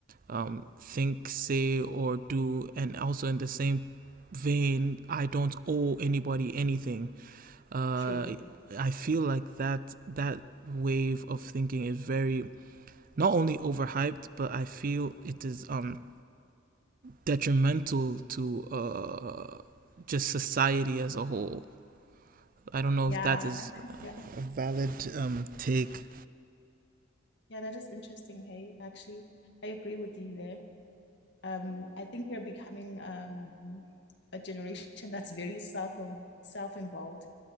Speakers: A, on the right; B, on the left.
A: um, think, say, or do. And also in the same vein, I don't owe anybody anything. Uh,
B: true.
A: I feel like that that wave of thinking is very not only overhyped, but I feel it is um, detrimental to uh, just society as a whole. I don't know
B: Yeah,
A: if that is
B: I think yeah,
A: a valid um, take.
B: yeah, that is interesting. Hey, actually, I agree with you there. um, I think we're becoming um, a generation that's very self um, self-involved.